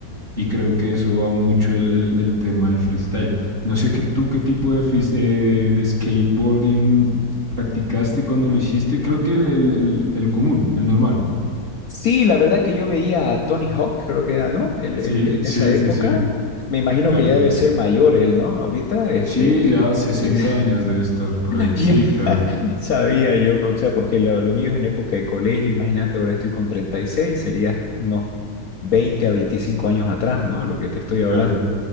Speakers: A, on the right; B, on the left.
A: Y creo que eso va mucho el, el, el tema del freestyle. No sé que tú qué tipo de, frees- eh, de skateboarding practicaste cuando lo hiciste. Creo que el, el, el- el común, el normal.
B: Sí, la verdad que yo veía a Tony Hawk, creo que era, ¿no? El,
A: Sí,
B: el- en
A: sí,
B: esa época,
A: sí, sí,
B: me imagino
A: claro.
B: que ya debe ser mayor él, ¿no? Ahorita, este,
A: Sí, ya 60
B: porque
A: años debe estar por
B: <laughs>
A: ahí.
B: ya
A: Sí, claro,
B: sabía yo, o sea, porque lo, lo mío es en época de colegio, imagínate, ahora estoy con 36, sería unos 20 a 25 años atrás, ¿no? Lo que te estoy hablando.
A: claro,